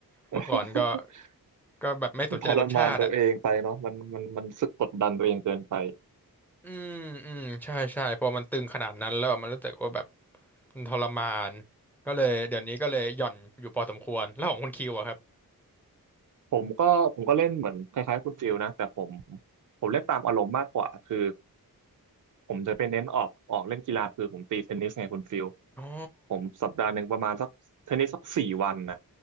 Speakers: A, in the centre; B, on the right (about 55°).
A: เมื่อก่อนก็
B: <laughs>
A: ก็แบบไม่สนใจรสชาติอ่ะ
B: มันทรมานตัวเองไปเนาะมันมันมันรู้สึกกดดันตัวเองเกินไป
A: อืมอืมใช่ใช่พอมันตึงขนาดนั้นแล้วมันรู้สึกว่าแบบมันทรมานก็เลยเดี๋ยวนี้ก็เลยหย่อนอยู่พอสมควรแล้วของคุณคิวอะครับ
B: ผมก็ผมก็เล่นเหมือนคล้ายๆคุณฟิลนะแต่ผมผมเล่นตามอารมณ์มากกว่าคือ ผมจะไปเน้นออกออกเล่นกีฬาคือผมตีเทนนิสไงคุณฟิล
A: อ๋อ
B: ผมสัปดาห์หนึ่งประมาณสักเทนนิสสักสี่วันนะ